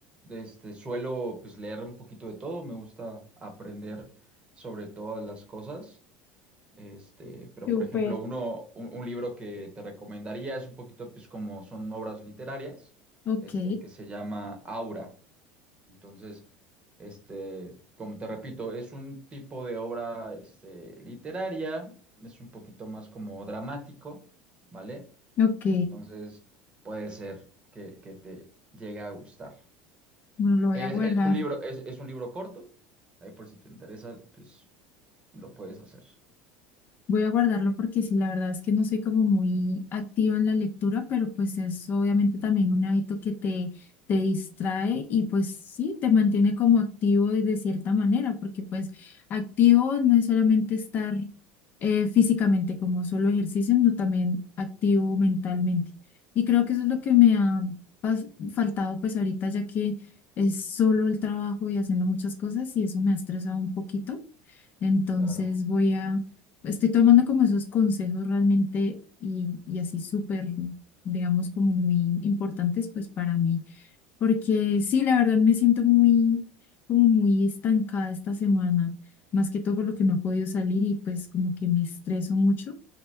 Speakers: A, on the right (about 25°); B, on the left (about 45°).
A: este, suelo pues leer un poquito de todo, me gusta aprender sobre todas las cosas. Este, pero
B: súper.
A: por ejemplo, uno, un, un libro que te recomendaría es un poquito pues como son obras literarias,
B: Ok,
A: este, que se llama Aura. Entonces, este, como te repito, es un tipo de obra, este, literaria, es un poquito más como dramático, ¿vale?
B: ok,
A: Entonces, puede ser que, que te llegue a gustar.
B: bueno, lo voy
A: Es,
B: a guardar.
A: es un libro, es, es un libro corto, ahí por si te interesa, pues lo puedes hacer.
B: Voy a guardarlo porque sí, la verdad es que no soy como muy activa en la lectura, pero pues es obviamente también un hábito que te, te distrae y pues sí, te mantiene como activo de, de cierta manera, porque pues activo no es solamente estar eh, físicamente como solo ejercicio, sino también activo mentalmente. Y creo que eso es lo que me ha pas- faltado pues ahorita, ya que es solo el trabajo y haciendo muchas cosas y eso me ha estresado un poquito entonces
A: Claro.
B: voy a, estoy tomando como esos consejos realmente y, y así súper, digamos, como muy importantes pues para mí, porque sí, la verdad me siento muy, como muy estancada esta semana, más que todo por lo que no he podido salir y pues como que me estreso mucho.